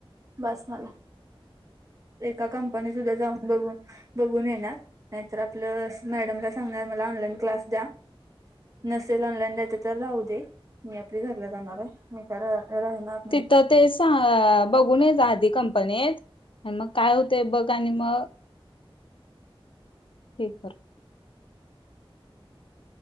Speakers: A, on the right; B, on the left.
A: बस मला एका कंपनी सुद्धा जाऊ बघ बघून येणार नाहीतर आपलं मॅडमला सांगणार मला ऑनलाईन क्लास द्या. नसेल ऑनलाईन द येत तर राहू दे मी आपली घरला जाणार आहे मी काय राहणार नाही
B: तिथं तेच सां बघून येजा आधी कंपनीत आणि मग काय होतंय बघ आणि मग कर <unintelligible>